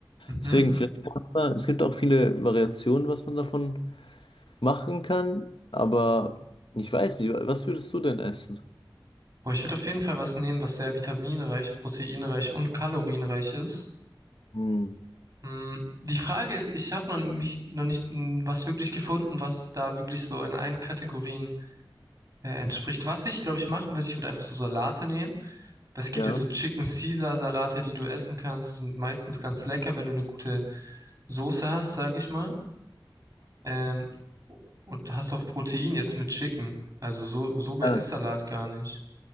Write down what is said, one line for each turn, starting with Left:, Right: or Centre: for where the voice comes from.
Right: Mhm.
Left: Deswegen vielleicht Pasta. Es gibt auch viele Variationen, was man davon machen kann, aber ich weiß nicht, was würdest du denn essen?
Right: Boah, ich würde auf jeden Fall was nehmen, was sehr vitaminreich, proteinreich und kalorienreich ist.
Left: Hm,
Right: Mm, Die Frage ist, ich habe noch mich noch nicht mm, was wirklich gefunden, was da wirklich so in allen Kategorien äh, entspricht. Was ich, glaube ich, machen würde, ich würde einfach so Salate nehmen. Weil Es gibt
Left: ja.
Right: ja so Chicken Caesar Salate, die du essen kannst. Die sind meistens ganz lecker, wenn du eine gute Soße hast, sage ich mal. Ähm, und hast auch Protein jetzt mit Chicken. Also so, so weit
Left: Ja.
Right: ist Salat gar nicht.